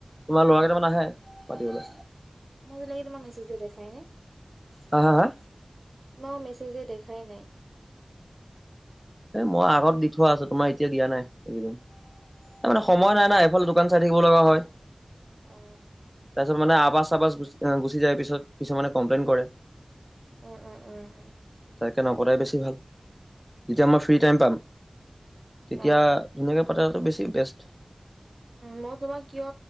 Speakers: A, in the centre; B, on the right (about 60°).
A: তোমাৰ লৰা কেইটামান আহে পাতিবলে।
B: মইত লাগি ম মেছেজ দিও দেখাই নাই।
A: হা, হা, হা?
B: তোমাৰ মই মেছেজ দিয়া দেখাই নাই।
A: এ মই আগত দি থোৱা আছে, তোমাৰ এতিয়া দিয়া নাই এইকেইদিন। মানে সময়
B: অ
A: নাই না। এইফাল দোকান চাই থাকিব লগা হয়।
B: অ
A: তাৰপিছত মানে আবাজ-চাবাজ গু গুচি যায়। পিছত কিছুমানে কমপ্লেইন কৰে।
B: উম, উম, উম, উম।
A: তাকে নপতাই বেছি ভাল। যেতিয়া মই ফ্ৰী টাইম পাম তেতিয়া,
B: অ
A: ধুনীয়াকে পাতাটো বেছি বেছ।
B: মই তোমাক কিয়